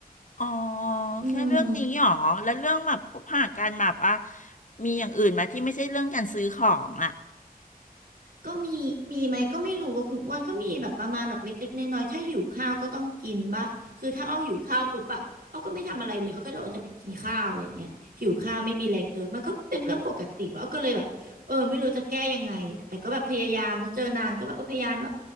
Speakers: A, on the left (about 55°); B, on the right (about 75°).
A: อ๋อ
B: อืม
A: แค่เรื่องนี้หรอแล้วเรื่องแบบคบหากันแบบอ่ะมีอย่างอื่นไหมที่ไม่ใช่เรื่องการซื้อของอ่ะ
B: ก็มีมีไหมก็ไม่รู้ว่าคุณอ้วนก็มีแบบประมาณแบบเล็กๆน้อยๆถ้าหิวข้าวก็ต้องกินป่ะคือถ้าอ้อหิวข้าวปุ๊บอะอ้อก็ไม่ทำอะไรเลยอ้อก็เดี๋ยวอ้อจะไปกินข้าวอะไรอย่างเงี้ยหิวข้าวไม่มีแรงเดินมันก็เป็นเรื่องปกติป่ะอ้อก็เลยแบบเออไม่รู้จะแก้ยังไงอะแต่ก็แบบพยายามนะเจอนางก็แบบเออพยายามแบบ